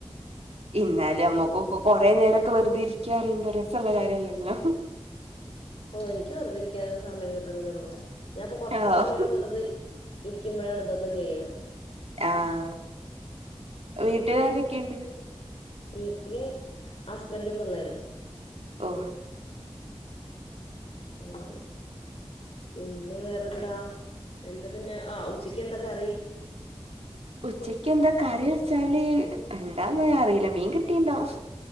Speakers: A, on the right; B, on the left.
A: ഇന്നാല് നമ്മുക്ക് കൊറെ നേരക്കെ വെറുതെ ഇരിക്കാ പറിയുമ്പോ രസള്ള കാര്യല്ലല്ലോ?
B: ഓ എനിക്ക് വെറുതി ഇരിക്കുന്ന സമയം കിട്ടല്ലടോ ഞാൻപ്പൊ കൊറച്ച
A: ആഹ്
B: സമയം വെറുതെ ഇരിക്കുമ്പോഴാണ് ഇതൊക്കെ ചെയ്യണ
A: ആഹ്
B: ആ വെറുതെ
A: വീട്ടിലാരൊക്കെയുണ്ട്
B: ഇരിക്കാ -- വീട്ടില് ഹസ്ബൻഡും പിള്ളേരും
A: ഓ
B: തന്ന തന്നെ <inaudible> പിന്നെ വേറെന്താ എന്താ പിന്നെ ആ ഉച്ചക്ക് എന്താ കറി
A: ഉച്ചക്ക് എന്താ കറി വെച്ചാല് എന്താന്നൊന്നും ഞാൻ അറിയില്ല മീൻ കിട്ടിട്ടുണ്ടാവും